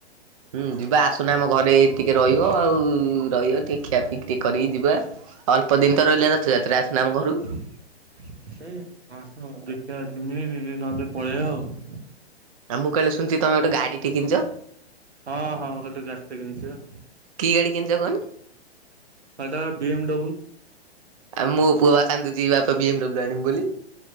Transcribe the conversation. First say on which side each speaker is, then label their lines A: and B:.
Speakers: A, on the right; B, on the right.
A: ହୁଁ ଯିବା ଆସୁନ ଆମ ଘରେ ଟିକେ ରହିବ ଆଉ ରହିବ ଟିକେ ଖିଆ ପିଇକ୍ ଟିକେ କରିକି ଯିବା। ଅଳ୍ପ ଦିନ ତ ରହିଲା ରଥଯାତ୍ରା ଆସୁନ ଆମ ଘରୁକୁ?
B: <unintelligible> ପଳେଇବା ଆଉ।
A: ଆ ମୁଁ କାଳେ ଶୁଣିଚି ତମେ ଗୋଟେ ଗାଡ଼ିି ଟେ ଶୁଣିଚ।
B: ହଁ ହଁ ଗୋଟେ ଗାଡ଼ି ଟେ କିଣିଚି ବା।
A: କି ଗାଡି କିଣିଚ କୁହନି?
B: ହେଟା ବା ବିଏମ୍ଡବ୍ଲୁ।
A: ଆ ମୋ ପୁଅ ବା ଖାନ୍ଦୁଚି ବାପା ବିଏମ୍ଡବ୍ଲୁ ଆଣିବୁ ବୋଲି।